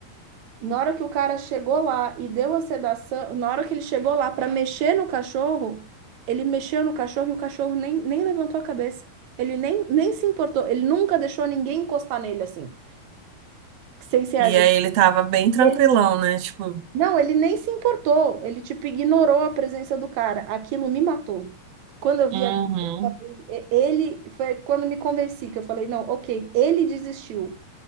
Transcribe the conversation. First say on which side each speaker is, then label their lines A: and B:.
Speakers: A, on the right; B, on the right.
A: Na hora que o cara chegou lá e deu a sedação, na hora que ele chegou lá para mexer no cachorro, ele mexeu no cachorro e o cachorro nem, nem levantou a cabeça. Ele nem, nem se importou. Ele nunca deixou ninguém encostar nele assim, sem ser
B: E
A: a gente.
B: aí ele tava bem tranquilão,
A: Ele,
B: né? Tipo,
A: não, ele nem se importou. Ele, tipo, ignorou a presença do cara. Aquilo me matou. Quando eu vi
B: uhum,
A: aquilo, e- ele foi quando me convenci que eu falei, não, ok, ele desistiu.